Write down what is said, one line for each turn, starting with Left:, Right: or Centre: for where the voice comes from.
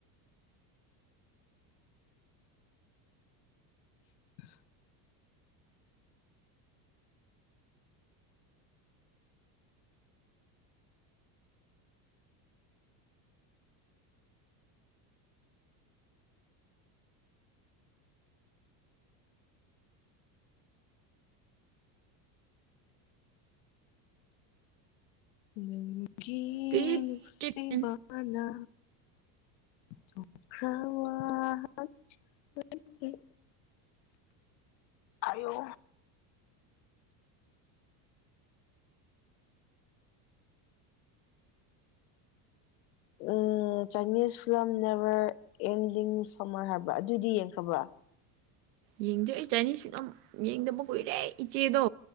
Left: <unintelligible> ꯅꯪꯒꯤ
Right: ꯀ꯭ꯔꯤꯞ
Left: ꯅꯨꯡꯁꯤꯕꯥ
Right: ꯆꯤꯛꯀꯟ
Left: ꯅꯥ <unintelligible> ꯑꯌꯣ ꯑꯝ ꯆꯥꯏꯅꯤꯁ ꯐꯤꯂꯝ ꯅꯦꯕꯔ ꯑꯦꯡꯂꯤꯡ ꯁꯣꯃꯔ ꯍꯥꯏꯕ ꯑꯗꯨꯏꯗꯤ ꯌꯦꯡꯈ꯭ꯔꯕ꯭ꯔꯣ
Right: ꯌꯦꯡꯗꯦ ꯑꯩ ꯆꯥꯏꯅꯤꯁ ꯐꯤꯂꯝ ꯌꯦꯡꯗꯕ ꯀꯨꯏꯔꯦ ꯏꯆꯦꯗꯣ